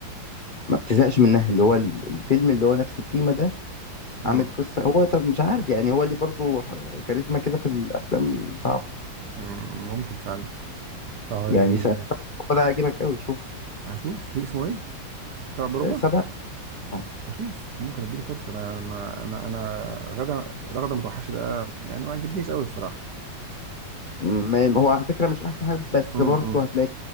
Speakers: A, on the left; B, on the right.
A: ما بتزهقش منها اللي هو ال- الفيلم اللي هو نفس التيمة ده
B: امم
A: عامل قصة هو طب مش عارف يعني هو ليه برضو ح- كاريزما كده في الأفلام صعبة
B: امم ممكن فعلا طيب
A: يعني سبعة هو ده هيعجبك قوي شوف
B: هشوف في اسمه ايه سبع بربع
A: آه، سبعة آه.
B: هشوف ممكن اديله فرصه انا انا انا, أنا غدا رغده متوحشه ده يعني ما عجبنيش قوي الصراحه
A: ما هو على فكرة مش أحسن حاجة بس
B: امم
A: برضو هتلاقي